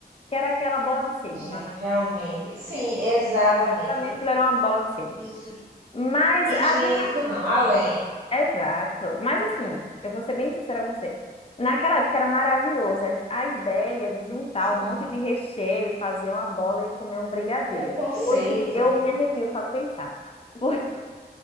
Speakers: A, on the left; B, on the right.
A: que era aquela bola de sebo.
B: Gente,
A: Na
B: realmente. Sim, exatamente.
A: para mim aquilo era uma bola de sebo.
B: Higi-
A: Mas
B: Higiênico
A: a diver-
B: não, além.
A: Exato. Mas assim, eu vou ser bem sincera com você. Naquela época era maravilhoso a a ideia de juntar
B: Sim.
A: um monte de recheio e fazer uma bola e comer um brigadeiro.
B: O conceito.
A: Hoje eu me arrepio só de pensar. <laughs>